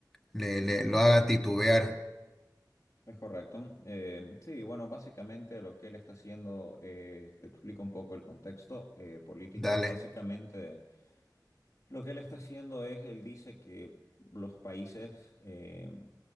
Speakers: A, in the centre; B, on the left (about 45°).
A: le,
B: Ujú.
A: le- lo haga titubear.
B: Es correcto. Eh, sí, bueno, básicamente lo que él está haciendo, eh, te explico un poco el contexto eh, político,
A: Dale.
B: es básicamente lo que él está haciendo es, él dice que los países eh,